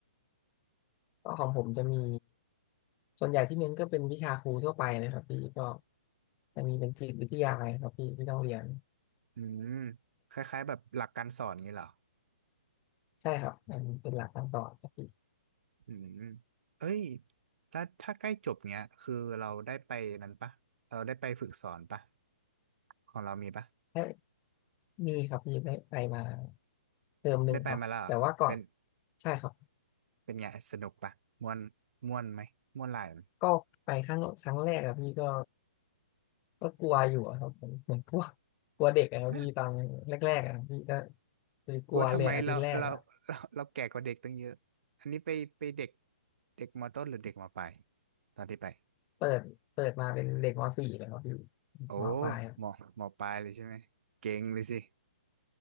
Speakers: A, on the left; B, on the right.
A: ก็ของผมจะมีส่วนใหญ่ที่เน้นก็เป็นวิชาครูทั่วไปเลยครับพี่ก็จะมีเป็นจิตวิทยาอะไรครับพี่ที่ต้องเรียน
B: อืมคล้ายๆแบบหลักการสอนอย่างนี้เหรอ
A: ใช่ครับเป็นเป็นหลักการสอนครับพี่
B: อืมเอ้ยแล้วถ้าใกล้จบเนี้ยคือเราได้ไปนั้นปะเราได้ไปฝึกสอนปะของเรามีปะ
A: ได้มีครับพี่ได้ไปมาเทอมหนึ่งครับแต่ว่าก่อน
B: ได้ไปมาแล้วเหรอเป็น
A: ใช่ครับ
B: เป็นไงสนุกปะม่วนม่วนไหมม่วนหลาย
A: ก็ไปครั้งครั้งแรกอะพี่ก็ก็กลัวอยู่อะครับผมเหมือน <laughs> พวกกลัวเด็กอะครับพี่ตอนแรกๆอะครับพี่ก็
B: ไหม
A: คือกลัวเลยอาทิตย์แรกอะ
B: กลัวทำไมเราเราเราเราแก่กว่าเด็กตั้งเยอะอันนี้ไปไปเด็กเด็กมต้นหรือเด็กมปลายตอนที่ไป
A: เปิดเปิดมาเป็นเด็กม .4 เลยครับพี่
B: โอ้
A: มปลายครับ
B: มมปลายเลยใช่ไหมเก่งเลยสิ